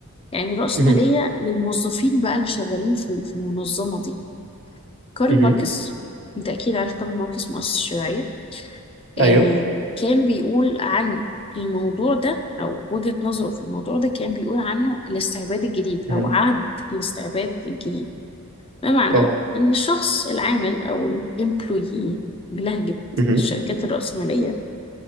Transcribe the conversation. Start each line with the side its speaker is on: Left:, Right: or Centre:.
Left: يعني الرأسمالية
Right: مهم.
Left: للموظفين بقى اللي شغالين في في المنظمة دي كارل
Right: مهم.
Left: ماركس انت اكيد عارف كارل ماركس مؤسس الشيوعية آه
Right: أيوه
Left: كان بيقول عن الموضوع ده او وجهة نظره في الموضوع ده كان بيقول عنه الاستعباد الجديد
Right: مهم.
Left: او عهد الاستعباد الجديد بمعنى
Right: أه
Left: إن الشخص العامل أو الإمبلويي بلهجة
Right: مهم.
Left: الشركات الرأسمالية